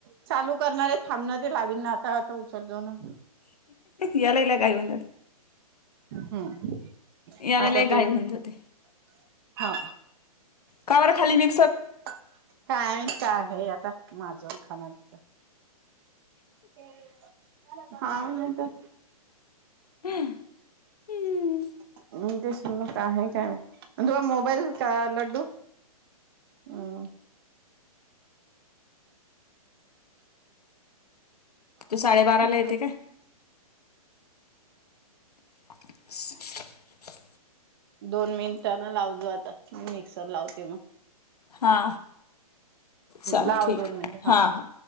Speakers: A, on the right; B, on the left.
A: चालू करणारे थांबणं ते लावीन ना आताता सव ना
B: याला हिला घाई होऊन जाते
A: हम्
B: याला
A: आता
B: लय घाई
A: ते
B: होऊन जाते
A: हा
B: कमर खाली नि
A: काय आणि का आहे आता माझं खाना तिचा ह हा तर
B: ह हम्म
A: तर ते का काय तु मोबाईल का लड्डू हम्
B: तू साडेबारा ला
A: कर
B: येते का ब
A: दोन मिनिटांना लावतो आता मिक्सर लावते मग
B: हां चाल
A: लाव
B: ठीक
A: दोन मिनिटे हा
B: हां